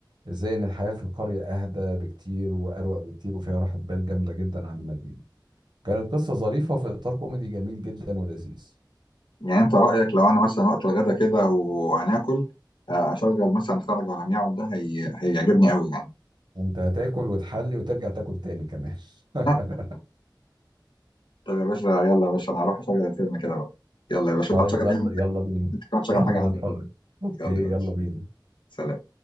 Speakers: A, on the right (about 65°); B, on the left (about 80°).
A: ازاي ان الحياه في القريه اهدى بكتير واروق بكتير وفيها راحه بال جامده جدا عن المدينه كانت قصه ظريفه في اطار كوميدي جميل جدا ولذيذ
B: يعني انت رايك لو انا مثلا وقت الغدا كده وهناكل آه، اشغل مثلا خرج ولم يعد ده هي... هيعجبني قوي يعني
A: انت هتاكل وتحلي وترجع تاكل تاني كمان <laughs>
B: <laughs> طب يا باشا يلا يا باشا انا هروح اشغل الفيلم كده بقى يلا يا باشا
A: طيب
B: انت هتشغل
A: يلا
B: ايه عندك
A: يلا بينا
B: انت كمان تشغل
A: يلا
B: حاجه عندك
A: نتفرج
B: بقى
A: اوكي
B: يلا يا باشا
A: يلا بينا
B: سلام